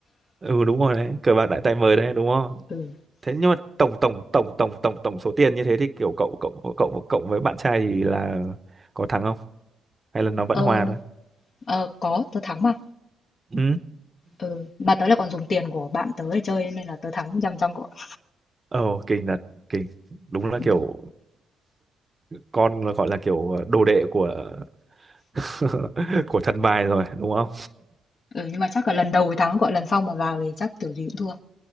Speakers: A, on the right; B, on the left.
A: ừ đúng rồi đấy cờ bạc đại tay mời đấy đúng không
B: Ừ.
A: thế nhưng mà tổng tổng tổng tổng tổng tổng số tiền như thế thì kiểu cậu cậu cậu cậu với bạn trai thì là có thắng không hay là nó vẫn
B: Ờ,
A: hòa thôi
B: ờ, có, tớ thắng mà.
A: ừ
B: Ừ. Mà tớ lại còn dùng tiền của bạn tớ để chơi nên là tớ thắng trăm trăm cậu ạ.
A: ồ kinh thật kinh đúng là
B: Ừ.
A: kiểu con là gọi là kiểu đồ đệ của <laughs> của thần bài rồi đúng không
B: ừ. Nhưng mà chắc là lần đầu thì thắng cậu ạ, lần sau mà vào thì chắc kiểu gì cũng thua.